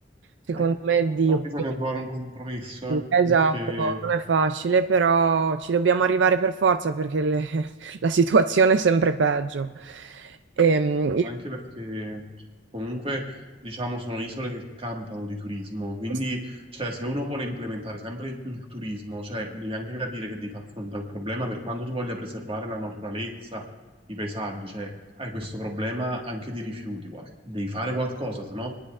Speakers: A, on the right; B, on the right.
A: secondo
B: Eh,
A: me, di
B: Però
A: opinione.
B: bisogna trovare un compromesso, eh,
A: Esatto,
B: perché,
A: non è facile, però ci dobbiamo arrivare per forza perché le- <laughs> la situazione è sempre peggio. Ehm,
B: ma anche perché comunque diciamo sono isole che campano di turismo, quindi
A: io-
B: cioè, se uno vuole implementare sempre di più il turismo, cioè, devi anche capire che devi far fronte al problema per quanto tu voglia preservare la naturalezza, i paesaggi, cioè, hai questo problema anche dei rifiuti, guarda. Devi fare qualcosa, se no